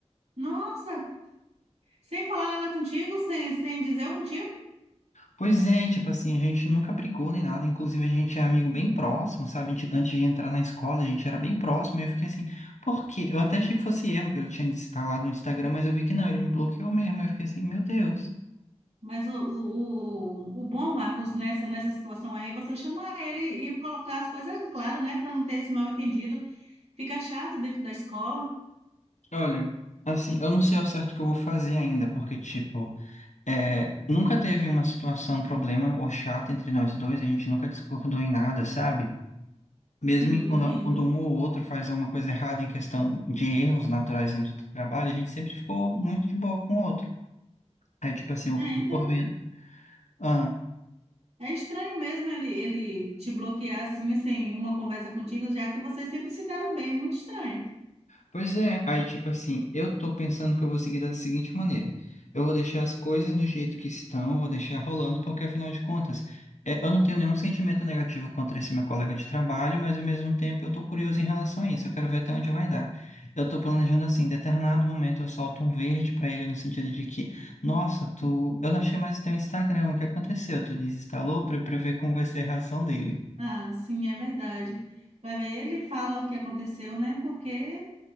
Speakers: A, on the right (about 65°); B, on the left (about 85°).
A: Nossa, sem falar nada contigo, sem, sem dizer o motivo?
B: Pois é, e, tipo assim, a gente nunca brigou nem nada, inclusive a gente é amigo bem próximo, sabe? A gente- Antes de entrar na escola, a gente era bem próximo, e eu fiquei assim, por quê? Eu até achei que fosse erro que eu tinha instalado no Instagram, mas eu vi que não, ele me bloqueou mesmo, eu fiquei assim, meu Deus.
A: Mas o, o, o, o bom, Marcos, nessa, nessa situação aí, você chamar ele e colocar as coisas em claro, né? Para não ter esse mal entendido. Fica chato dentro da escola.
B: Olha, assim, eu não sei ao certo o que eu vou fazer ainda, porque, tipo, é, nunca teve uma situação, problema ou chata entre nós dois, a gente nunca discordou em nada, sabe? Mesmo
A: Sim,
B: em quando,
A: entendo.
B: quando um ou outro faz alguma coisa errada em questão de erros naturais dentro do trabalho, a gente sempre ficou muito de boa com o outro. É tipo assim, eu
A: É, então,
B: eu tô vendo. ah,
A: é estranho mesmo ele, ele te bloquear assim, sem uma conversa contigo, já que vocês sempre se deram bem. Muito estranho.
B: Pois é, aí tipo assim, eu tô pensando que eu vou seguir da seguinte maneira. Eu vou deixar as coisas do jeito que estão, vou deixar rolando, porque afinal de contas, é, eu não tenho nenhum sentimento negativo contra esse meu colega de trabalho, mas ao mesmo tempo eu tô curioso em relação a isso, eu quero ver até onde vai dar. Eu tô planejando assim, em determinado momento eu solto um verde pra ele no sentido de que, nossa, tu, eu não achei mais teu Instagram, o que aconteceu? Tu desinstalou pra pra eu ver como vai ser a reação dele.
A: Ah, sim, é verdade. Vai ver, ele fala o que aconteceu, né? Porque